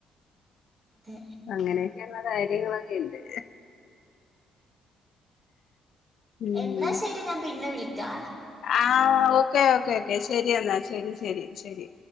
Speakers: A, on the right (about 25°); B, on the left (about 65°).
A: തെ
B: അങ്ങനെയൊക്കെയുള്ള കാര്യങ്ങളൊക്കെ ഇണ്ട് ഉം
A: എന്നാ ശരി ഞാൻ പിന്നെ വിളിക്കാ.
B: ആഹ് ഓക്കേ ഓക്കേ ക്കെ ശരി എന്നാ ശരി ശരി ശരി